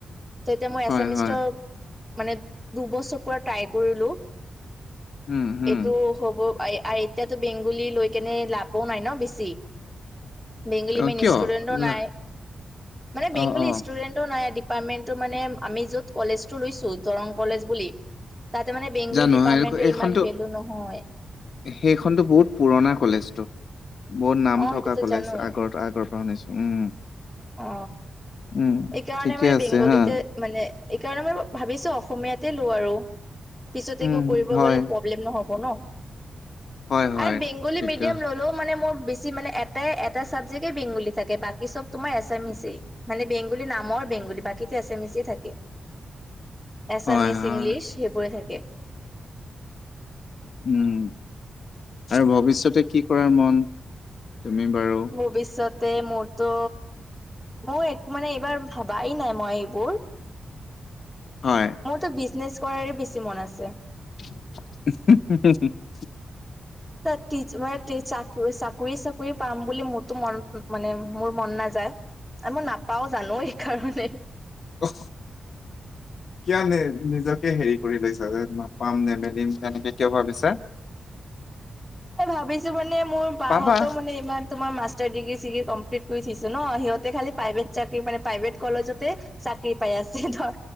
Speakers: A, in the centre; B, on the left.
A: ত এতিয়া মই
B: হয়,
A: এচামিষ্ট
B: হয়,
A: মানে দুবছৰ পৰা ট্ৰাই কৰিলো।
B: উম, হম,
A: এইটো হ'ব আই আই এতিয়াতো বেংগলী লৈ কেনে লাপো নাই ন বেছি। বেগলী
B: অ',
A: মেইন
B: কিয়
A: ষ্টুডেণ্টো নাই
B: লা
A: মানে বেংগলী
B: অ', অ',
A: ষ্টুডেণ্টটো নাই ডিপ- পাৰ্টমেন্টটো মানে আমি য'ত কলেজটো লৈছো দৰং কলেজ বুলি তাতে মানে বেংগলী
B: জানো
A: ডিপাৰ্টমেণ্টৰ
B: হয় এইখনতো
A: ইমান ভেলু নহয়।
B: সেইখনতো বহুত পুৰণা কলেজটো বহুত নাম
A: অ
B: থকা
A: সেইটোতো
B: কলেজ
A: জানোৱেই
B: আগৰ আগৰ পৰা শুনিছো উম।
A: অ
B: উম,
A: এইকাৰণে
B: ঠিকে
A: মানে
B: আছে
A: বেংগলীতে
B: হা
A: মানে এইকাৰণে মই ভাবিছো অসমীয়াতে লো আৰু পিছতে
B: উম,
A: একো কৰিব
B: হুম হয়,
A: গ'লে পপ- ব্লেম নহ'ব ন।
B: হয়, হয়,
A: আৰ বেংগলী
B: ঠিকে
A: মেডিয়াম ল'লৌ মানে মোৰ বেছি মানে এটে এটা চাবজেক্টে বেংগুলী থাকে বাকী চব তোমাৰ এছামিচেই মানে বেংগলী নামৰ বেংগলী বাকীটে এছামিছে থাকে। এছামিছ
B: হয়, হয়,
A: ইংলিছ সেইবোৰে থাকে।
B: উম আৰু ভৱিষ্যতে কি কৰাৰ মন তুমি বাৰু?
A: ভৱিষয়তে মোৰতো মই একো মানে এইবাৰ ভাবাই নাই মই এইবোৰ।
B: হয়।
A: মোৰতো বিজনেছ কৰাৰ বেছি মন আছে।
B: <unintelligible>
A: তাত তিজ মানে তিজ চাক চাকৰি চাকৰি পাম বুলি মোৰতো মনত মানে মোৰ মন নাযায় আৰু মই নাপাও জানো এইকাৰণে।
B: অ। কিয় নে নিজকে হেৰি কৰি লৈছ যে নাপাম নেমেলিম তেনেকে কিয় ভাবিছা?
A: এ ভাবিছো মানে মোৰ বাঁহতো
B: পাবা
A: মানে ইমান তোমাৰ মাষ্টাৰ ডিগ্ৰী চিগ্ৰী কমপ্লিট কৰি থিছে ন সিহঁতে খালি প্ৰাইভেট চাকৰি মানে প্ৰাইভেট কলেজত তে চাকৰি পাই আছে ধৰ